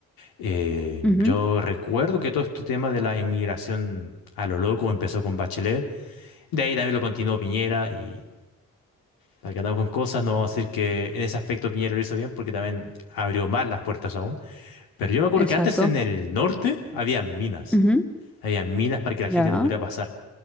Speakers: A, on the left; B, in the centre.
A: Eh,
B: Ujú,
A: yo recuerdo que todo este tema de la inmigración a lo loco empezó con Bachelet, de ahí también lo continuó Piñera y... Para que andamos con cosas, no vamos a decir que en ese aspecto Piñera lo hizo bien porque también abrió más las puertas aún. Pero yo me acuerdo
B: exacto.
A: que antes en el norte había minas.
B: Ujú,
A: Había minas para que la
B: ya.
A: gente no pudiera pasar.